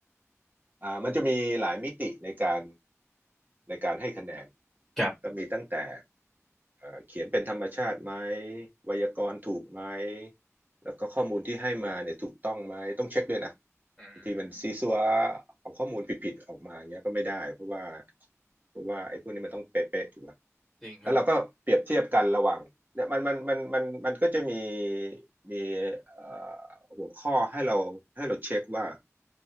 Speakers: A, on the right (about 35°); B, in the centre.
A: อ่ามันจะมีหลายมิติในการในการให้คะแนน
B: ครับ
A: ก็มีตั้งแต่เอ่อเขียนเป็นธรรมชาติไหมไวยากรณ์ถูกไหมแล้วก็ข้อมูลที่ให้มาเนี่ยถูกต้องไหมต้องเช็คด้วยนะ
B: อืม
A: บางทีมันซีซัวเอาข้อมูลผิดๆออกมาอย่างเงี้ยก็ไม่ได้เพราะว่าเพราะว่าไอ้พวกนี้มันต้องเป๊ะๆถูกป่ะ
B: จริงครับผม
A: แล้วเราก็เปรียบเทียบกันระหว่างเนี่ยมันมันมันมันมันก็จะมีมีเอ่อหัวข้อให้เราให้เราเช็คว่า